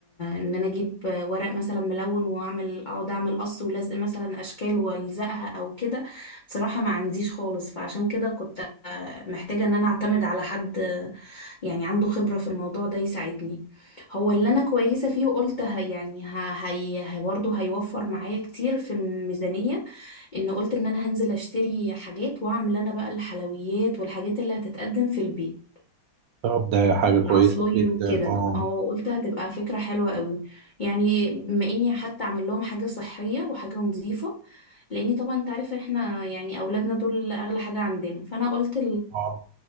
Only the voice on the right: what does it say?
طب ده حاجة كويسة
جدا
اه
اه